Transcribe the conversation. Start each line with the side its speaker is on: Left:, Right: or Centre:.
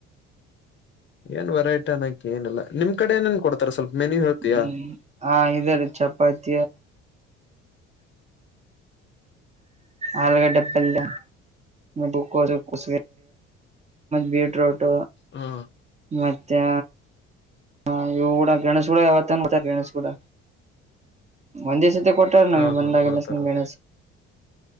Left: ಏನ್ ವೆರೈಟ ಅನ್ನೋಕ ಏನ್ ಇಲ್ಲ ನಿಮ್ಡೆ ಏ ಏನ್ ಕೊಡ್ತಾರೆ ಸ್ವಲ್ಪ ಮೆನು ಹೇಳ್ತೀಯಾ
Right: ಹ್ಮ್ ಹಾ ಇದ ರೀ ಚಪಾತ ಆಲೂಗಡ್ಡೆ ಪಲ್ಯ <unintelligible> ಮತ್ತ ಬೀಟ್ರೋಟ್
Left: ಹಾ
Right: ಮ ಚ ಹ ಇ ಕೂಡ ಗಣೇಶ ಕೂಡ ಯಾವತ್ತಾರೆ ಗಣೇಶ್ ಕೂಡ ಒಂದ್ ದಿವಸ ಕೊಟ್ಟ ನ
Left: ಹಾ
Right: ಬಂದಾಗಲ್ಲ
Left: ಹಾ ಕೊಡ್ತಾರ
Right: ಮ